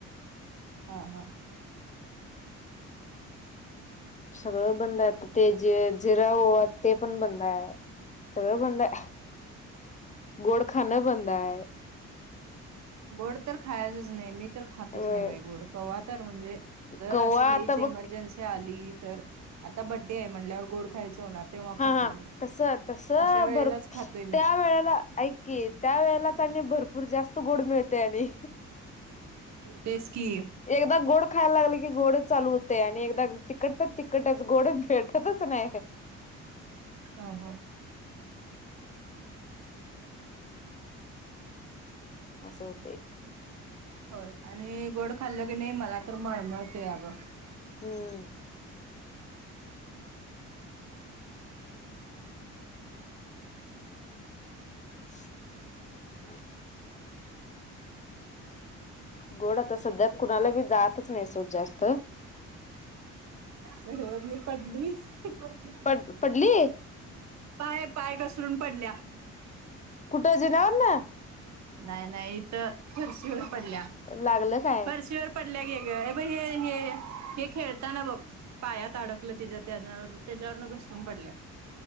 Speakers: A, on the right (about 65°); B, on the left (about 25°).
A: हा हा...
B: सगळं बंद आहे ते जे जिरा ओवा ते पण बंद आहे.... सगळं बंद आहे गोड खणं बंद आहे....
A: गोड तर खायचच नाही मी तर खातच
B: अ
A: नाही बा गोड कव तर म्हणजे जर
B: कव्वा
A: असं लईच
B: आता बघ
A: इमर्जन्सी आली तर.... आता बड्डे आहे म्हटल्यावर गोड खायचं होणार.... तेव्हा खातोय
B: हा हा
A: मी
B: तस तस
A: अशा वेळेलाच
B: बर
A: खातोय मी
B: त्या वेळेला ऐककी.... त्या वेळेलाच आणि भरपूर जास्त गोड मिळतय आणि....
A: तेच की
B: एकदा गोड खायला लागले की गोड चालू होते आणि एकदा तिकट तिकखटच गोड भेटतच नाही....
A: हा हा....
B: असं होतय....
A: होय आणि गोड खाल्लं की नाही मला तर मळमळतय बग....
B: हम्म....
A: <unintelligible>
B: <inaudible> गोड तर सध्यात कुणाला बी जातच नाही सोड जास्त
A: जरत नाही पडली <inaudible>
B: पड पडली....
A: पाय पाय घसरून पडल्या...
B: कुठन जीण्यावरून?
A: नाही नाही इथं फरशीवर पडलीय...
B: लागलं काय?
A: शी वर पडल्या गे ग ब हे हे हे खेळताना बघ <unintelligible> पायात अडकलं त्याच्या त्या त्याच्यावरन घसरून पडल्या....